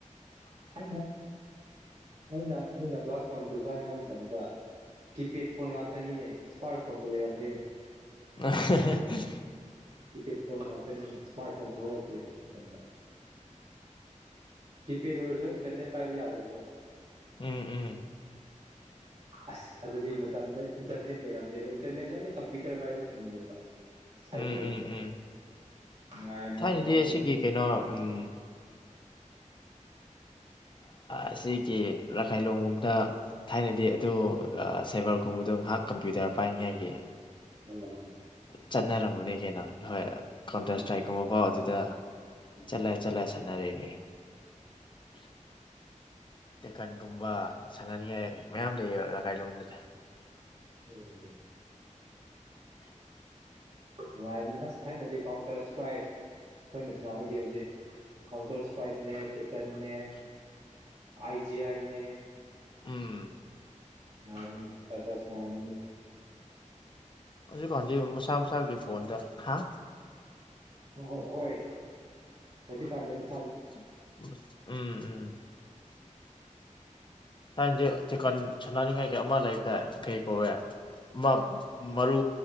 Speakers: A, on the right (about 50°); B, on the left (about 40°).
A: ꯍ ꯍꯅ ꯍꯅ ꯀ꯭ꯂꯥꯁ ꯐ ꯇ ꯀ ꯃꯇꯝꯗ ꯀꯤꯄꯦꯗ ꯐꯣꯟ ꯉꯥꯛꯇꯅꯤꯅꯦ ꯏꯁꯃꯥ꯭ꯔꯠ ꯐꯣꯟꯒ ꯂꯩꯔꯝꯗꯦꯅꯦ
B: ꯑꯍꯥ ꯍꯦ
A: ꯀꯤꯄꯦꯠ ꯉꯥꯛ ꯇꯥꯅꯤꯅꯦ ꯏꯁꯃꯥ꯭ꯔꯠ ꯐꯣꯟ ꯊꯣꯛ ꯂꯛꯇ꯭ꯔꯤ ꯗꯨꯝꯗ ꯀꯤꯄꯦꯗ ꯑꯣꯏꯔꯁꯨ ꯏꯟꯇ꯭ꯔꯅꯦꯠ ꯄꯥꯏꯕ ꯌꯥꯗꯕ ꯍꯣꯏ
B: ꯎꯝ ꯎꯝ
A: ꯑꯁ ꯑꯗꯨꯗꯤ ꯑꯗꯨꯒꯤ ꯃꯥꯇꯝꯗꯩ ꯏꯟꯇ꯭ꯔꯅꯦꯠ ꯂꯩꯔꯝꯗꯦꯕ ꯏꯟꯇ꯭ꯔꯅꯦꯠꯁꯦ ꯑꯣꯟꯂꯤ ꯀꯝꯄ꯭ꯌꯨꯇ꯭ꯔ ꯄꯥꯏꯕꯁꯤꯡꯅ ꯂꯩꯕ ꯁꯥꯏꯕꯔꯒꯨꯝꯕꯗ
B: ꯎꯝ ꯎꯝ ꯎꯝ
A: ꯅꯨꯡꯉꯥꯏꯕꯅꯤꯅꯦ
B: ꯊꯥꯏꯅꯗꯤ
A: ꯅꯣꯛꯅꯤꯡ
B: ꯑꯁꯤꯒꯤ ꯀꯩꯅꯣ ꯎꯝ ꯑꯁꯤꯒꯤ ꯔꯈꯥꯏꯂꯣꯡꯒꯨꯝꯕꯗ ꯊꯥꯏꯅꯗꯤ ꯑꯗꯨ ꯁꯥꯏꯕ꯭ꯔꯒꯨꯝꯕꯗꯣ ꯉꯥꯏꯍꯥꯛ ꯀꯝꯄ꯭ꯌꯨꯇꯔ ꯄꯥꯏꯅꯤꯉꯥꯏꯒꯤ
A: ꯎꯝ
B: ꯆꯠꯅꯔꯝꯃꯅꯤ ꯀꯩꯅ ꯍꯣꯏ ꯀꯥꯎꯟꯇꯔ
A: ꯎꯝ
B: ꯏꯁꯇ꯭ꯔꯥꯏꯛꯀꯨꯝꯕ ꯀ‌ꯣ ꯑꯗꯨꯗ
A: ꯎꯝ
B: ꯆꯠꯂ ꯆꯠꯂ ꯁꯥꯟꯅꯔꯤꯅꯦ ꯇꯦꯛꯀꯟꯒꯨꯝꯕ ꯁꯥꯟꯅꯅꯤꯡꯉꯥꯏ ꯃꯌꯥꯝ ꯂꯩꯌꯦꯕ ꯔꯒꯥꯏꯂꯣꯡꯗꯨꯗ
A: ꯎꯝ ꯅꯨꯡꯉꯥꯏꯕꯅ‌ꯦ ꯑꯁ ꯊꯥꯏꯅꯗꯤ ꯀꯥꯎꯟꯇ꯭ꯔ ꯏꯁꯇ꯭ꯔꯥꯏꯠ ꯑꯩꯈꯣꯏꯅ ꯁꯥꯟꯅꯕ ꯒꯦꯝꯁꯦ ꯀꯥꯎꯟꯇ꯭ꯔ ꯏꯁꯇ꯭ꯔꯥꯏꯠꯅꯦ ꯇꯦꯀꯟꯅꯦ ꯑꯥꯏ ꯖꯤ ꯑꯥꯏꯅꯦ
B: ꯎꯝ
A: ꯉꯃꯤꯅꯤ ꯇꯗ ꯁꯅꯥ ꯑꯃꯤꯅꯦ
B: ꯍꯧꯖꯤꯛꯀꯥꯟꯗꯤ ꯃꯁꯥ ꯃꯁꯥꯒꯤ ꯐꯣꯟꯗ ꯍꯥ
A: ꯍ ꯍ ꯍꯣꯏ ꯍꯧꯖꯤꯛ ꯀꯥꯟꯗꯅ
B: ꯎꯝ ꯎꯝ ꯎꯝ ꯊꯥꯏꯟꯁꯦ ꯆꯤꯀꯟ ꯁꯥꯟꯅꯅꯤꯡꯉꯥꯏ ꯀꯩ ꯑꯃ ꯂꯩꯕꯗ ꯀꯩ ꯀꯧꯔꯦ ꯃꯥ ꯃꯔꯨ